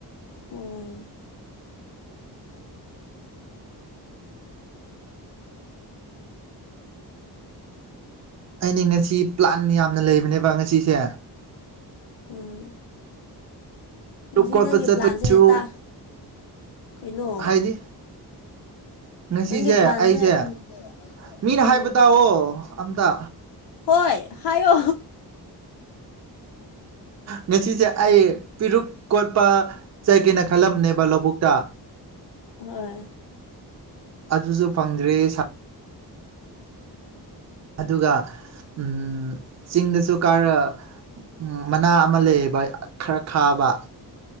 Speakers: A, on the left; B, on the right.
A: ꯍꯣꯏ
B: ꯑꯩꯅꯦ ꯉꯁꯤ ꯄ꯭ꯂꯥꯟ ꯌꯥꯝꯅ ꯂꯩꯕꯅꯦꯕ ꯉꯁꯤꯁꯦ꯫
A: ꯎꯝ꯫ ꯉꯁꯤ
B: ꯂꯨꯞ ꯀꯣꯠꯄ
A: ꯅꯪꯒꯤ
B: ꯆꯠꯄꯒꯤꯁꯨ
A: ꯄ꯭ꯂꯥꯟꯁꯦ ꯇꯥ ꯀꯩꯅꯣ꯫
B: ꯍꯥꯏꯗꯤ ꯉꯁꯤꯁꯦ
A: ꯅꯪꯒꯤ ꯄ꯭ꯂꯥꯟꯁꯦ
B: ꯑꯩꯁꯦ
A: ꯎꯝ
B: ꯃꯤꯅ
A: ꯎꯝ
B: ꯍꯥꯏꯕ ꯇꯥꯑꫭ ꯑꯝꯇ꯫
A: ꯍꯣꯏ ꯍꯥꯏꯌꯣ
B: ꯉꯁꯤꯁꯦ ꯑꯩ ꯄꯤꯔꯨꯛ ꯀꯣꯠꯄ ꯆꯥꯠꯀꯦꯅ ꯈꯜꯂꯝꯅꯦꯕ ꯂꯧꯕꯨꯛꯇꯥ꯫
A: ꯍꯣꯏ
B: ꯑꯗꯨꯁꯨ ꯐꯪꯗ꯭ꯔꯤ ꯁꯥ ꯑꯗꯨꯒ ꯎꯝ ꯆꯤꯡꯗꯁꯨ ꯀꯥꯔ ꯎꯝ ꯃꯅꯥ ꯑꯃ ꯂꯩꯌꯦꯕ ꯈꯔ ꯈꯥꯕ